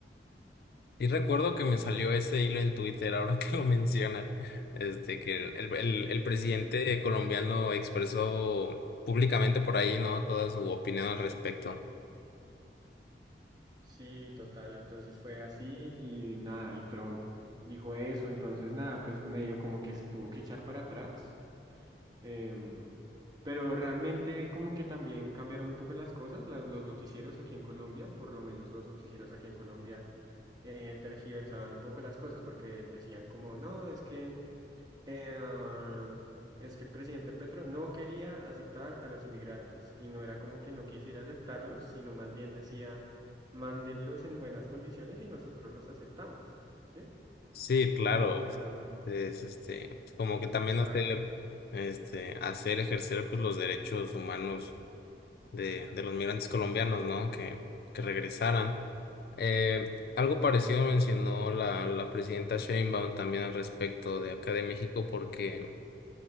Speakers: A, on the left; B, on the right.
A: Y recuerdo que me salió ese hilo en Twitter, ahora <laughs> que lo mencionas, este, que el, el, el presidente
B: Sí.
A: colombiano expresó públicamente por ahí, ¿no? Toda su opinión al respecto.
B: Sí, total, entonces fue así y nada, y Trump dijo eso, entonces nada, pues medio como que se tuvo que echar para atrás, em, pero realmente como que también cambiaron un poco las cosas, la- los noticieros aquí en Colombia, por lo menos los noticieros aquí en Colombia eh, tergiversaban un poco las cosas porque decían como, no, es que... Eh, es que el presidente Petro no quería aceptar a los inmigrantes y no era como que no quisiera aceptarlos, sino más bien decía, mándenlos en buenas condiciones y nosotros los aceptamos, ¿sí?
A: Sí, claro.
B: O sea, mm,
A: Es, este, como que también
B: exacto.
A: hacer, este, hacer ejercer pues, los derechos humanos de, de los migrantes colombianos, ¿no? Que, que regresaran. Eh, algo parecido mencionó la, la presidenta Sheinbaum también al respecto de acá de México porque,